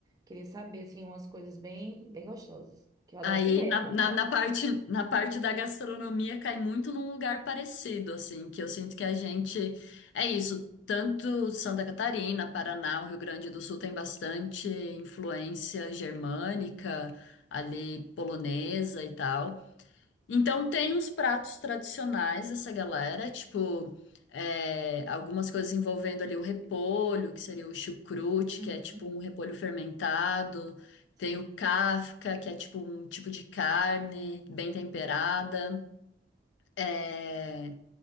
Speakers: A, on the right; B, on the left.
A: Queria saber, assim, umas coisas bem, bem gostosas, que eu adoro
B: Aí
A: comer.
B: na,
A: <laughs>
B: na, na parte, na parte da gastronomia cai muito num lugar parecido, assim, que eu sinto que a gente. É isso, tanto Santa Catarina, Paraná, o Rio Grande do Sul tem bastante influência germânica, ali polonesa e tal. Então tem uns pratos tradicionais dessa galera, tipo é, algumas coisas envolvendo ali o repolho, que seria o chucrute,
A: Uhum,
B: que é tipo um repolho fermentado.
A: sim.
B: Tem o kafka, que é tipo um tipo de carne bem temperada. É,